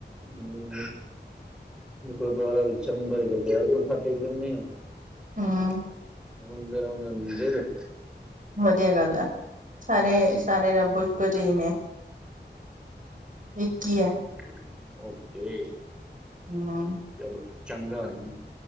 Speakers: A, in the centre; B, on the right.
A: ਹਮ, ਮ ਗੁਰਦੁਆਰਾ ਵਿੱਚ ਹੁੰਦਾ ਜ ਥੱ ਟੇ ਲੈਂਦੇ ਆ।
B: ਹਾਂ।
A: ਸਮਦਿਰ ਆਉਂਦਰ ਮੰਦਿਰ।
B: ਵਧੀਆ ਗੱਲ ਆ, ਸਾਰੇ-ਸਾਰੇ
A: ਹਾਂਜੀ
B: ਰੱਬ
A: ਹਾਂਜੀ।
B: ਇੱਕੋ ਜਿਹੀ ਨੇ। ਇੱਕ ਹੀ ਹੈ।
A: Okay okay.
B: ਹਮ।
A: ਚਲੋ ਚੰਗਾ ਹੈ। ਜੀ